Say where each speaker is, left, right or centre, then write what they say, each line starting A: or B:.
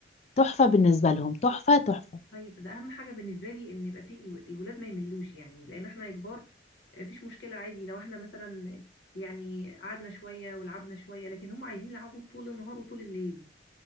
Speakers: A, on the left (about 40°); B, on the left (about 80°).
A: تحفه بالنسبه لهم تحفه تحفه
B: طيب ده أهم حاجة بالنسبة لي إن يبقى في الو- الولاد ما يملوش يعني لأن إحنا كبار مفيش مشكلة عادي لو إحنا مثلا يعني قعدنا شوية ولعبنا شوية لكن هم عايزين يلعبوا طول النهار وطول الليل